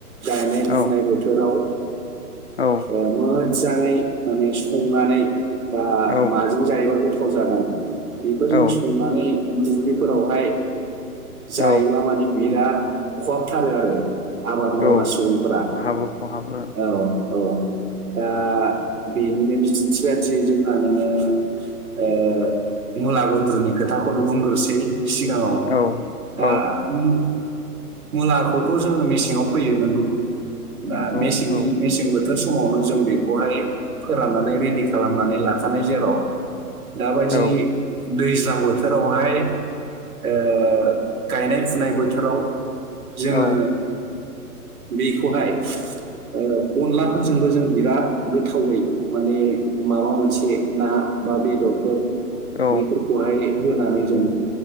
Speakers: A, on the right; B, on the left.
A: गायनाय
B: औ
A: फुनाय बोथोराव
B: औ
A: ओ मोज्जाङै माने संनानै बा
B: औ
A: माजों जायोबो गोथाव जागोन बेफोरजों
B: औ
A: संनानै दुब्लिफोरावहाय जायोब्ला
B: औ
A: माने बिराद खहाबथारो आरो आबाद मावग्रा
B: औ
A: सुबुंफोरा
B: खहाबो खहाबो
A: औ औ दा बेनिनो बिदिन्थि बादि जोंहा नोङो ओ मुला गुन्द्रुनि खोथाखौनो बुंग्रोसै सिगाङाव
B: औ
A: दा
B: औ
A: मु मुलाखौथ' जोङो मेसेङाव फैयो नोंगौ। बा
B: नंगौ
A: मेसेंनि
B: औ
A: मेसें बोथोर समावनो जों बेखौहाय फोराननानै रेडि खालामनानै लाखानाय जेराव दाबायदि
B: औ
A: दैज्लां बोथोरावहाय ओ गायनाय फुनाय बोथोराव जोङो
B: औ
A: <inaudible> बेखौहाय अनलाफोरजोंबो जों बिराद गोथावै माने माबा मोनसे ना बा बिदरफोर
B: औ
A: बेफोरखौहाय होनानै जों